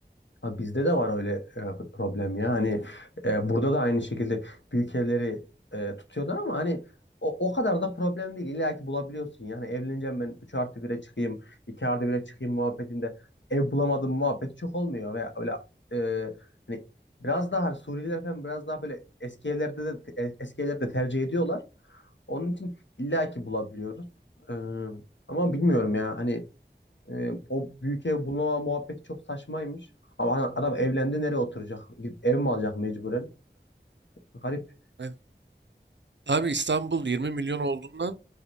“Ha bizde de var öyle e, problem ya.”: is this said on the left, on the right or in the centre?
Left